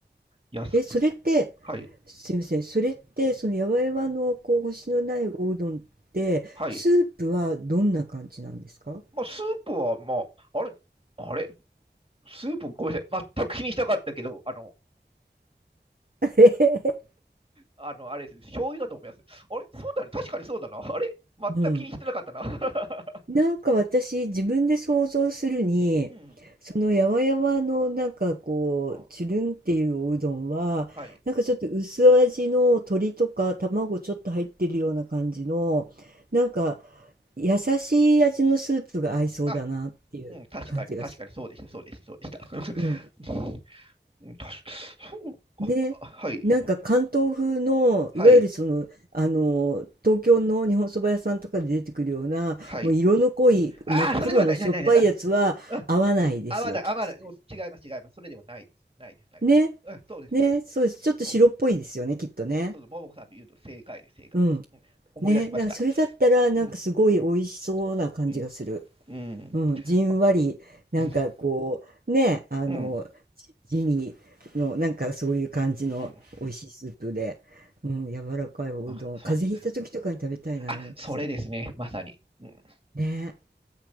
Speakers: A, on the right; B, on the right.
A: 安く、
B: え、それって、
A: はい、
B: すみません、それって、そのやわやわのこう星のないおうどんって、
A: はい。
B: スープはどんな感じなんですか
A: まあ、スープは、まあ、あれ、あれ、スープ、ごめんなさい、全く気にしたかったけど、あの、
B: <laughs>
A: あの、あれですね、醤油だと思います。あれ、そうだね、確かにそうだな。あれ、全く気にしてなかったな。
B: うん。
A: <laughs>
B: なんか私、自分で想像するに、
A: うん、
B: そのやわやわのなんかこう、
A: うん、
B: つるんっていうおうどんは、
A: はい。
B: なんかちょっと薄味の鶏とか卵ちょっと入ってるような感じの、なんか優しい味のスープが合いそうだなっていう感じがする。
A: あ、うん、確かに、確かにそうでした、そうでした、そうでした。
B: うん。
A: <laughs> うんたし、そう、あはい、
B: ね。なんか関東風の、
A: はい、
B: いわゆるその、あの、東京の日本そば屋さんとかで出てくるような、
A: はい。
B: もう色の濃い真っ黒のしょっぱいやつは合わないですよ、
A: ああ、それではない、ない、ない、ない。あ、ああまだ、
B: きっとそれ。
A: あ、まだ、もう違います、違います。それではないです。ないです、ないです。
B: ね。
A: そうん、そうです、
B: ね。
A: そうです。
B: そうです。ちょっと白っぽいですよね、
A: もう、ああそうです。
B: きっとね。
A: ももこさんで言うと正解です、正解です。
B: うん。
A: うん、思い出しました。
B: ね。なんかそれだったら、
A: うん、
B: なんかすごい美味しそうな感じがする。
A: うん、うん。
B: うん、じんわり、
A: あ
B: なんかこう、
A: うん、
B: ね、あの、
A: うん、
B: じ地味の、なんかそういう感じの美味しいスープで、
A: うん。
B: うん、柔らかいおうどん、
A: あ、そう。
B: 風邪ひいた時とかに食べたいな、
A: あ、
B: なんかそれ。
A: それですね、まさに。うん
B: ね。